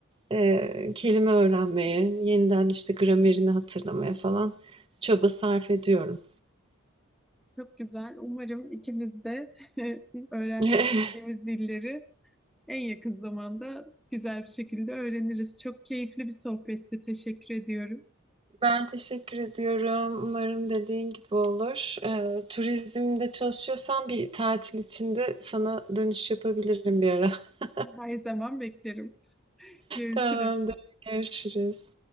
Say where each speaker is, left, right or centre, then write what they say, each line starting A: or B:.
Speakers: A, on the right; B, in the centre.
A: eee, kelime öğrenmeye, yeniden, işte, gramerini hatırlamaya falan çaba sarf ediyorum.
B: Çok güzel. Umarım ikimiz de <laughs> öğrenmek
A: <laughs>
B: istediğimiz dilleri en yakın zamanda güzel bir şekilde öğreniriz. Çok keyifli bir sohbetti. Teşekkür ediyorum.
A: Ben teşekkür ediyorum. Umarım dediğin gibi olur. Eee, turizmde çalışıyorsan bir tatil içinde sana dönüş yapabilirim bir ara. <laughs>
B: Her zaman beklerim. Görüşürüz.
A: Tamamdır. Görüşürüz.